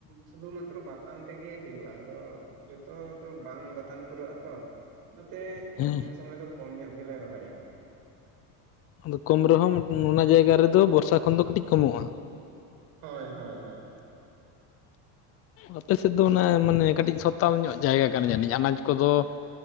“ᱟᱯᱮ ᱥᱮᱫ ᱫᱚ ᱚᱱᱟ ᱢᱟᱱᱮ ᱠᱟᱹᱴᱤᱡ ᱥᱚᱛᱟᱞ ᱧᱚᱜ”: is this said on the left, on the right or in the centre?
Left